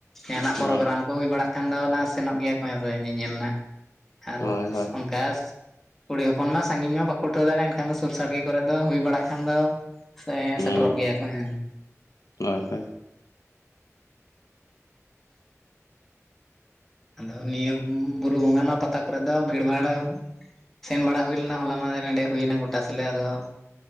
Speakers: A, in the centre; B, on the left.
A: ᱡᱟᱦᱟᱱᱟᱜ
B: ᱦᱳᱭ
A: ᱯᱨᱳᱜᱨᱟᱢ ᱠᱚ ᱦᱩᱭ ᱵᱟᱲᱟᱜ ᱠᱷᱟᱱ ᱫᱚ ᱚᱱᱟ ᱥᱮᱱᱚᱜ ᱜᱮᱭᱟ ᱠᱚ ᱧᱮᱧᱮᱞ ᱱᱟᱜ ᱟᱨᱚ
B: ᱦᱳᱭ ᱦᱳᱭ
A: ᱚᱱᱠᱟᱹ ᱠᱩᱲᱤ ᱦᱚᱯᱚᱱ ᱢᱟᱹ ᱥᱟᱺᱜᱤᱧ ᱢᱟ ᱵᱟᱠᱚ ᱩᱴᱷᱟᱹᱣ ᱫᱟᱲᱮᱭᱟᱜᱼᱟ ᱮᱱᱟᱱ ᱥᱩᱨ ᱥᱟᱸᱜᱮ ᱠᱚᱨᱮ ᱫᱚ ᱦᱩᱭ ᱵᱟᱲᱟᱜ ᱠᱷᱟᱱ ᱫᱚ ᱾ ᱥᱮᱸ
B: ᱦᱩᱸ
A: ᱥᱮᱴᱮᱨᱚᱜ ᱜᱮᱭᱟ ᱠᱚ ᱦᱮᱸ
B: ᱦᱳᱭ ᱦᱳᱭ
A: ᱟᱫᱚ ᱱᱤᱭᱟᱹ ᱵᱩᱨᱩ ᱵᱚᱸᱜᱟᱱᱟ ᱯᱟᱛᱟ ᱠᱚᱨᱮᱫ ᱫᱚ ᱵᱷᱤᱲ ᱵᱷᱟᱲ ᱾ ᱥᱮᱱ ᱵᱟᱲᱟ ᱦᱩᱭ ᱞᱮᱱᱟ ᱦᱚᱞᱟ ᱢᱟᱱᱫᱷᱮᱨ ᱱᱚᱰᱮ ᱦᱩᱭᱱᱟ ᱜᱚᱴᱟ ᱥᱤᱞᱮ ᱟᱫᱚ ᱾